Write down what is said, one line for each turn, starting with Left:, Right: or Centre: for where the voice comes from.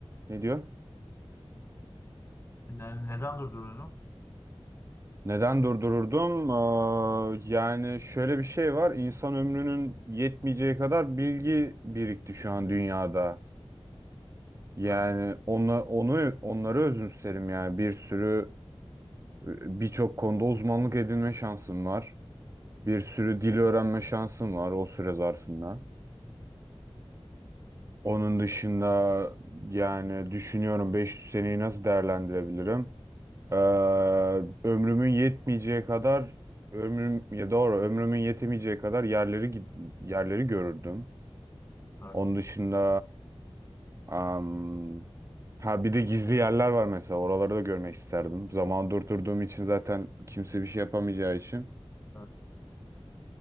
Right: ne diyor?
Left: ne- neden durduruyorum?
Right: Neden durdururdum? Aa, yani şöyle bir şey var. İnsan ömrünün yetmeyeceği kadar bilgi birikti şu an dünyada. Yani
Left: Evet,
Right: onu onu onları özümserim yani bir sürü Birçok konuda uzmanlık edinme şansım var. Bir sürü dil öğrenme şansım var o süre zarfında. Onun dışında yani düşünüyorum 500 seneyi nasıl değerlendirebilirim? Ee, ömrümün yetmeyeceği kadar ömrüm ya doğru ömrümün yetemeyeceği kadar yerleri git- yerleri görürdüm.
Left: evet,
Right: Onun dışında am, ha bir de gizli yerler var mesela oraları da görmek isterdim. Zaman durdurduğum için zaten kimse bir şey yapamayacağı için.
Left: evet.